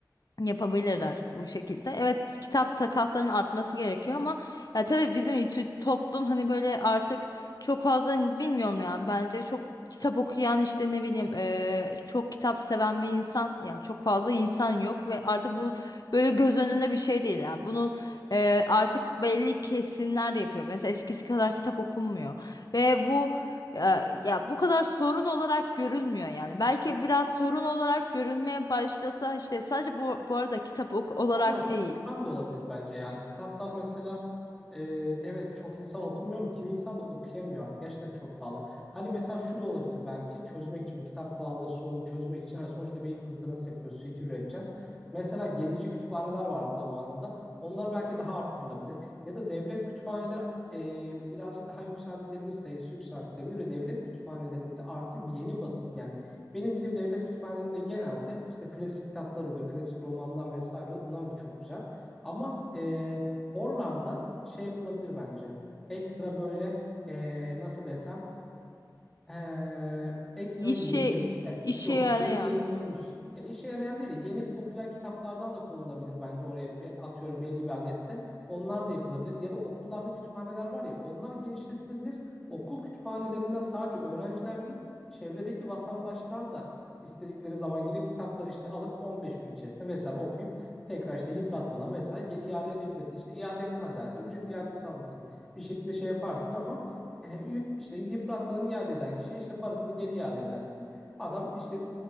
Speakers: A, on the left; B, in the centre.
A: yapabilirler bu şekilde. Evet kitap takaslarının artması gerekiyor ama ya tabii bizim tü- toplum hani böyle artık çok fazla hani bilmiyorum yani bence çok kitap okuyan işte ne bileyim e, çok kitap seven bir insan yani çok fazla insan yok ve artık bu böyle göz önünde bir şey değil yani bunu e, artık belli kesimler yapıyor. Mesela eskisi kadar kitap okunmuyor ve bu ya, ya bu kadar sorun olarak görünmüyor yani. Belki biraz sorun olarak görünmeye başlasa işte sadece bu, bu arada kitap ok- olarak
B: Ama şu
A: değil.
B: yüzden de olabilir bence. Yani kitaplar mesela e, evet çok insan okumuyor mu? Kim insan da okuyamıyor artık. Gerçekten çok pahalı. Hani mesela şu da olabilir belki çözmek için bu kitap pahalılığı sorunu çözmek için hani sonuçta beyin fırtınası yapıyoruz. Fikir üreteceğiz. Mesela gezici kütüphaneler vardı zamanında. Onlar belki daha arttırılabilir. Ya da devlet kütüphaneleri e, birazcık daha yükseltilebilir. Sayısı yükseltilebilir ve devlet kütüphanelerinde artık yeni basım yani benim bildiğim devlet kütüphanelerinde genelde işte klasik kitaplar oluyor, klasik romanlar vesaire oluyor. Bunlar da çok güzel. Ama e, oralarda şey yapılabilir bence. Ekstra böyle e, nasıl desem ee, ekstra
A: İşe
B: yeni yay- yani
A: işe
B: yok
A: yarayan.
B: yeni yayınlanmış. Ya işe yarayan değil, de yeni popüler kitaplardan da konulabilir bence oraya E, atıyorum belli bir adette. Onlar da yapılabilir. Ya da okullarda kütüphaneler var ya, onlar genişletilebilir. Okul kütüphanelerinden sadece öğrenciler değil, çevredeki vatandaşlar da istedikleri zaman gidip kitapları işte alıp 15 gün içerisinde vesaire okuyup tekrar işte yıpratmadan vesaire geri iade edebilir. İşte iade etmezlerse ücret iadesi alırsın. Bir şekilde şey yaparsın ama e, y- işte yıpratmadan iade eden kişiye işte parasını geri iade edersin. Adam işte